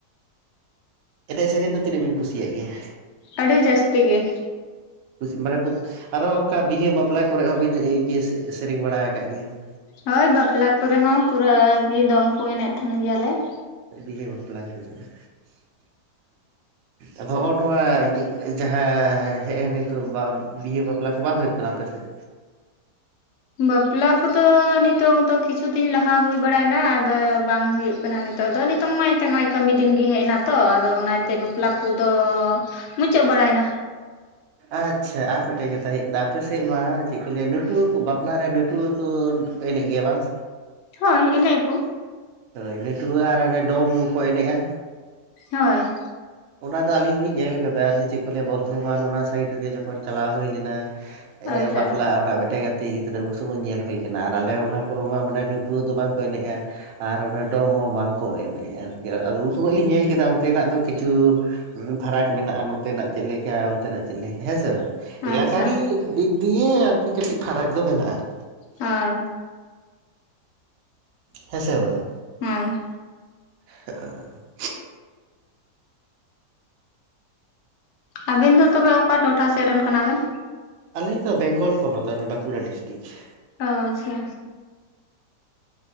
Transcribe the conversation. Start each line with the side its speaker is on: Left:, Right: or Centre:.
Right: ᱮᱱᱮᱡ ᱥᱮᱨᱮᱧ ᱫᱚ ᱛᱤᱱᱟᱹᱜ ᱵᱤᱱ ᱠᱩᱥᱤᱭᱟᱜ ᱜᱮᱭᱟ?
Left: ᱟᱹᱰᱤ ᱡᱟᱹᱥᱛᱤ ᱜᱮ ᱾
Right: <unintelligible> ᱟᱨᱚ ᱚᱱᱠᱟ ᱵᱤᱦᱟᱹ ᱵᱟᱯᱞᱟ ᱠᱚᱨᱮᱜ ᱦᱚᱸᱵᱤᱱ ᱤᱭᱟᱹ ᱥᱮᱨᱮᱧ ᱵᱟᱲᱟ ᱟᱠᱟᱫ ᱜᱮᱭᱟ ᱾
Left: ᱦᱳᱭ ᱵᱟᱯᱞᱟ ᱠᱚᱨᱮ ᱦᱚᱸ ᱯᱩᱨᱟᱹ ᱜᱮ ᱫᱚᱝ ᱠᱚ ᱮᱱᱮᱡ ᱛᱟᱦᱮᱱ ᱜᱮᱭᱟᱞᱮ ᱾
Right: ᱵᱤᱦᱟᱹ ᱵᱟᱯᱞᱟ ᱠᱚᱨᱮ <inaudible> ᱟᱫᱚ ᱦᱚᱸᱜᱼᱚ ᱱᱚᱣᱟ ᱡᱟᱦᱟᱸ ᱦᱮᱜ ᱱᱤᱛᱚᱜ ᱵᱟ᱾ ᱵᱤᱦᱟᱹ ᱵᱟᱯᱞᱟ ᱠᱚ ᱵᱟᱝ ᱦᱩᱭᱩᱜ ᱠᱟᱱᱟ ᱟᱯᱮᱥᱮᱫ?
Left: ᱵᱟᱯᱞᱟ ᱠᱚᱫᱚ ᱱᱤᱛᱚᱜ ᱫᱚ ᱠᱤᱪᱷᱩ ᱫᱤᱱ ᱞᱟᱦᱟ ᱦᱩᱭ ᱵᱟᱲᱟᱭᱱᱟ ᱟᱫᱚ ᱵᱟᱝ ᱦᱩᱭᱩᱜ ᱠᱟᱱᱟ᱾ ᱠᱟᱱᱟ ᱱᱤᱛᱚᱜ ᱫᱚ ᱱᱤᱛᱚᱝ ᱢᱟ ᱮᱱᱮᱫ ᱱᱚᱜᱼᱚᱭ ᱠᱟᱹᱢᱤ ᱫᱤᱱ ᱜᱮ ᱦᱮᱡ ᱮᱱᱟ ᱛᱚ ᱟᱫᱚ ᱚᱱᱟ᱾ ᱛᱮ ᱵᱟᱯᱞᱟ ᱠᱚᱫᱚ ᱢᱩᱪᱟᱹᱫ ᱵᱟᱲᱟᱭᱮᱱᱟ᱾
Right: ᱟᱪᱪᱷᱟ ᱟᱨ ᱢᱤᱫᱴᱮᱡ ᱠᱟᱛᱷᱟ ᱦᱮᱡ ᱠᱟ ᱟᱯᱮ ᱥᱮᱫ ᱢᱟ ᱪᱮᱫ ᱠᱚ ᱞᱟᱹᱭᱟ ᱱᱟᱹᱴᱩᱣᱟᱹ ᱠᱚ ᱵᱟᱯᱞᱟᱨᱮ ᱱᱟᱹᱴᱩᱣᱟᱹ ᱠᱚ᱾ ᱮᱱᱮᱡ ᱜᱮᱭᱟ ᱵᱟᱝ᱾
Left: ᱦᱳᱭ ᱮᱱᱮᱡ ᱟᱠᱚ᱾
Right: ᱦᱳᱭ ᱱᱟᱹᱴᱩᱣ ᱟᱨ ᱰᱚᱢ ᱠᱚ ᱮᱱᱮᱡᱼᱟ᱾
Left: ᱦᱳᱭ᱾
Right: ᱚᱱᱟᱛᱮ ᱟᱹᱞᱤᱧ ᱦᱚᱞᱤᱧ ᱧᱮᱞ ᱠᱟᱫᱟ ᱪᱮᱫ ᱠᱚ ᱞᱟᱹᱭᱟ ᱵᱚᱨᱫᱷᱚᱢᱟᱱ ᱚᱱᱟ ᱥᱟᱭᱤᱰ ᱛᱮ ᱡᱚᱠᱷᱚᱱ ᱪᱟᱞᱟᱣ ᱦᱩᱭ ᱞᱮᱱᱟ᱾
Left: ᱟᱪᱪᱷᱟ
Right: ᱮ ᱵᱟᱯᱞᱟ ᱚᱲᱟᱜ ᱢᱮᱴᱮᱜ ᱠᱟᱛᱮ᱾ ᱜᱤᱫᱽᱨᱟᱹ ᱩᱱ ᱥᱚᱢᱚᱭ ᱧᱮᱞ ᱦᱩᱭ ᱠᱟᱱᱟ ᱟᱨ ᱟᱞᱮ ᱚᱱᱟ ᱠᱚᱨᱮᱢᱟ ᱢᱟᱱᱮ ᱱᱟᱹᱴᱩᱣᱟᱹ ᱫᱚ ᱵᱟᱝᱠᱚ ᱮᱱᱮᱡᱼᱟ᱾ ᱟᱨ ᱚᱱᱮ ᱫᱚᱝ ᱦᱚᱸ ᱵᱟᱝᱠᱚ ᱮᱱᱮᱡᱼᱟ ᱟᱨᱠᱤ ᱟᱫᱚ ᱩᱱ ᱥᱠᱷᱚᱡ ᱞᱤᱧ ᱧᱮᱞ ᱠᱮᱫᱟ ᱚᱱᱛᱮᱱᱟᱜ ᱫᱚ᱾ ᱠᱤᱪᱷᱩ ᱯᱷᱟᱨᱟᱠ ᱢᱮᱱᱟᱜᱼᱟ ᱱᱚᱛᱮᱱᱟᱜ ᱪᱮᱫ ᱞᱮᱠᱟ ᱚᱱᱛᱮᱱᱟᱜ ᱪᱮᱫ ᱞᱮᱠᱟ ᱦᱮᱸ ᱥᱮ ᱵᱟᱝ?
Left: ᱟᱪᱪᱷᱟ
Right: ᱮᱞᱟᱠᱟᱨᱤ ᱫᱤᱠ ᱫᱤᱭᱮ ᱟᱨᱠᱤ ᱠᱟᱹᱴᱤᱡ ᱯᱷᱟᱨᱟᱠ ᱫᱚ ᱢᱮᱱᱟᱜᱼᱟ᱾
Left: ᱦᱳᱭ᱾
Right: ᱦᱮᱸᱥᱮ ᱵᱟᱝ᱾
Left: ᱦᱩᱸ
Right: ᱦᱮᱸ <inaudible>
Left: ᱟᱵᱤᱱ ᱫᱚ ᱛᱚᱦᱞᱮ ᱚᱠᱟ ᱴᱚᱴᱷᱟ ᱥᱮᱫ ᱨᱮᱱ ᱠᱟᱱᱟ ᱵᱤᱱ?
Right: ᱟᱹᱞᱤᱧ ᱫᱚ ᱵᱮᱝᱜᱚᱞ ᱯᱚᱱᱚᱛ ᱵᱟᱸᱠᱩᱲᱟ ᱰᱤᱥᱴᱤᱠ᱾
Left: ᱚ ᱟᱪᱪᱷᱟ᱾